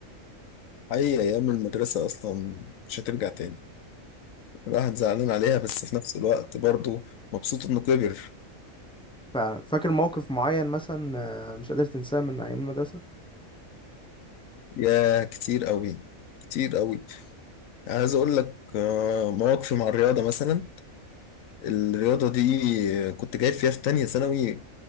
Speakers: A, on the left; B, in the centre.
A: أي أيام المدرسة أصلا مش هترجع تاني الواحد زعلان عليها بس في نفس الوقت برضه مبسوط إنه كبر
B: ففاكر موقف معين مثلا آه، مش قادر تنساه من أيام المدرسة
A: يا كتير أوي كتير أوي عايز أقول لك آه، مواقفي مع الرياضة مثلا الرياضة دي كنت جايب فيها في تانية ثانوي